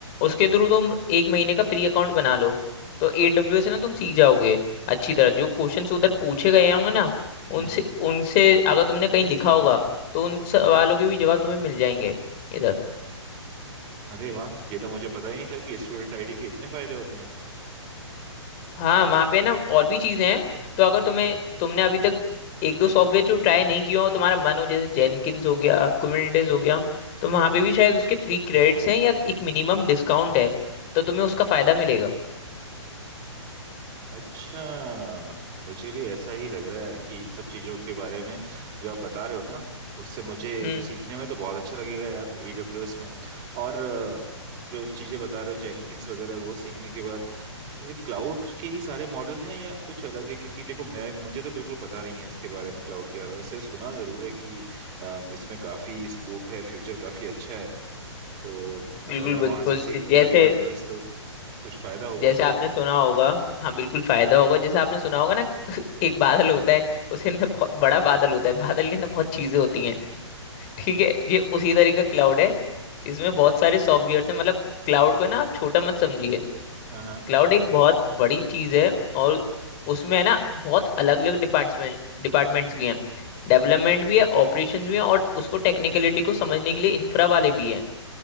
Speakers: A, on the left; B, on the right.
A: उसके थ्रू तुम एक महीने का फ्री अकाउंट बना लो तो AWS से ना तुम सीख जाओगे अच्छी तरह जो क्वेश्चंस उधर पूछे गए होंगे ना
B: हम्म
A: उनसे
B: हम्म।
A: उनसे अगर तुमने कहीं लिखा होगा तो उन सवालों के भी जवाब तुम्हें मिल जाएंगे इधर
B: अरे वाह ये तो मुझे पता ही नहीं था कि स्टूडेंट आईडी के इतने फायदे होते हैं
A: हाँ वहाँ पे ना और भी चीजें हैं तो अगर तुम्हें तुमने अभी तक एक दो सॉफ्टवेयर जो ट्राई नहीं किया हो तुम्हारा मन हो जैसे जेनकिन्स हो गया कुबरनेटिस हो गया तो वहाँ पे भी शायद उसके फ्री क्रेडिट्स हैं या एक मिनिमम डिस्काउंट है तो तुम्हें उसका फायदा मिलेगा
B: अच्छा मुझे भी ऐसा ही लग रहा है कि इन सब चीज़ों के बारे में जो आप बता रहे हो ना उससे मुझे
A: हम्म
B: सीखने में तो बहुत अच्छा लगेगा यार AWS में और अ, जो चीज़ें बता रहे हो जेनकिंस वगैरह वो सीखने के बाद क्लाउड के ही सारे मॉड्यूल हैं या कुछ अलग है क्योंकि देखो मैं मुझे तो बिल्कुल पता नहीं है इसके बारे में क्लाउड के बारे में सिर्फ सुना जरूर है कि अम, इसमें काफी स्कोप है फ्यूचर काफी अच्छा है तो अगर
A: बिल्कुल
B: मैं वहां
A: बिल-
B: से
A: बिल-
B: सीखूंगा
A: जैसे
B: एडब्ल्यूएस तो कुछ फायदा होगा
A: जैसे
B: मुझे
A: आपने सुना होगा हाँ बिल्कुल फायदा होगा जैसे आपने सुना होगा ना <laughs> एक बादल होता है उसके अंदर बहुत बड़ा बादल होता है बादल के अंदर बहुत चीजें होती हैं ठीक है ये उसी तरह का क्लाउड है इसमें बहुत सारे सॉफ्टवेयर हैं मतलब क्लाउड को ना आप छोटा मत समझिए
B: हाँ हाँ
A: क्लाउड एक बहुत बड़ी चीज है और उसमें है ना बहुत अलग अलग डिपार्टमेंट डिपार्टमेंट्स भी हैं डेवलपमेंट भी है ऑपरेशंस भी है और उसको टेक्निकलिटी को समझने के लिए इंफ्रा वाले भी हैं